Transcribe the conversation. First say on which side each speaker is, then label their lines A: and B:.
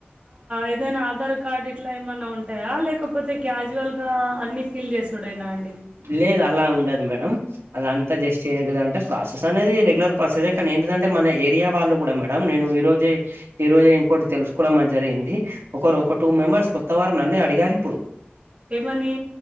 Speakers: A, on the right; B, on the right.
A: ఏదైనా ఆధార్ కార్డ్ ఇట్లా ఏమన్నా ఉంటాయా లేకపోతే క్యాజువల్ జువల్గా అన్ని ఫీల్ చేసిడేనా అండి
B: లేదు అలా ఉండదు మేడం అదంతా జస్ట్ ఏంటిదంటే ప్రాసెస్ అనేది రెగ్యులర్ ప్రాసెసే కానీ ఏంటదంటే మన ఏరియా వాళ్ళు కూడా మేడం నేను ఈ రోజే ఈ రోజే ఇంకోటి తెలుసుకోవడం అది జరిగింది ఒకరు ఒక టూ మెంబర్స్ కొత్తవారు నన్నే అడిగారు. పీపుల్
A: ఏమని